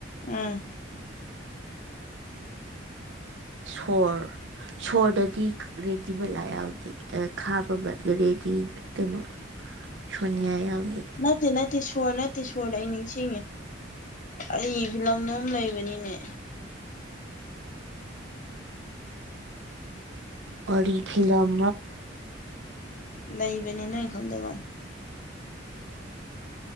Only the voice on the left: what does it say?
ꯑ
ꯅꯠꯇꯦ ꯅꯠꯇꯦ ꯁꯣꯔ ꯅꯠꯇꯦ ꯁꯣꯔ ꯑꯩ ꯅꯤꯡꯁꯤꯡꯉꯦ ꯑꯩ ꯕꯤꯤꯂꯝꯂꯣꯝ ꯂꯩꯕꯅꯤꯅꯦ
ꯂꯩꯕꯅꯤ ꯅꯣꯏ ꯈꯪꯗꯕ